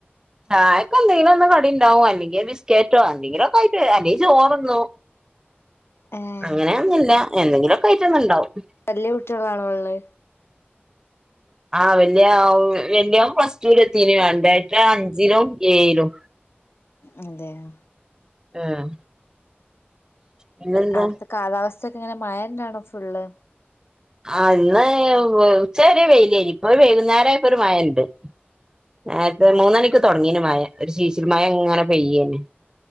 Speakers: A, on the right; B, on the left.
A: ചായക്ക എന്തെങ്കിലും ഒന്ന് കടി ഉണ്ടാവും അല്ലെങ്കിൽ ബിസ്ക്കറ്റോ എന്തെങ്കിലും ഒക്കെ ആയിട്ട് അല്ലെങ്ക ചോറ്ന്നു
B: ഏഹ്
A: അങ്ങനെയൊന്നുമില്ല എന്തെങ്കിലുമൊക്കെ ആയിറ്റം ഉണ്ടാവും
B: വല്യ കുട്ടികളാണോ ഇള്ളത്
A: ആഹ് വല്യ വല്യയോൻ പ്ലസ്റ്റുല് എത്തിന് രണ്ടാത്തെ അഞ്ചിലും ഏയ്‌ലു
B: അതെയൊ
A: ആഹ് പിന്നെന്താ
B: അവിടുത്തെ കാലാവസ്ഥക്കെ ഇങ്ങനെ മഴ തന്നെയാണോ ഫുള്ള്
A: ആഹ് ഇന്ന് ഉച്ച വരെ വെയിലരി ഇപ്പൊ വൈകുന്നരായപ്പ ഒരു മഴ ഉണ്ട് <inaudible> നേരത്തെ
B: ആഹ്
A: മൂന്നണിക്ക് തുടങ്ങീന് മഴ ഒരു ശീശിൽ മഴ ഇങ്ങനെ പെയ്യേനെ